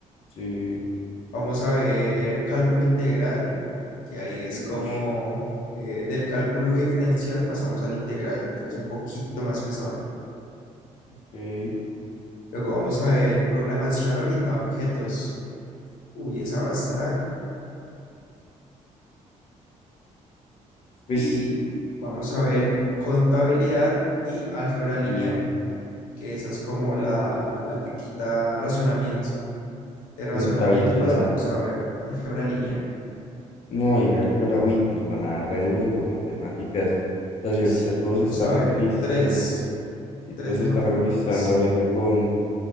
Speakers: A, on the left; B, on the left.
A: Sí.
B: Vamos a ver cálculo integral, que ahí es
A: Ush,
B: como eh, del cálculo diferencial pasamos al integral, entonces un poquito más pesado.
A: ok.
B: Luego vamos a ver programación orientada a objetos. Uy, esa va a estar
A: Pues,
B: y vamos a ver
A: mm,
B: contabilidad y álgebra
A: sí.
B: lineal, que esa es como la, la que quita razonamiento. De razonamiento
A: Contabilidad.
B: pasamos a ver álgebra lineal.
A: No, y álgebra, uy, nos van a dar re duro con matemáticas. O sea,
B: Y
A: si ahorita
B: sí,
A: todos
B: vamos
A: están
B: a
A: agonizando,
B: ver tres,
A: si
B: tres
A: todos
B: de
A: están
B: matemáticas.
A: agonizando ahorita con,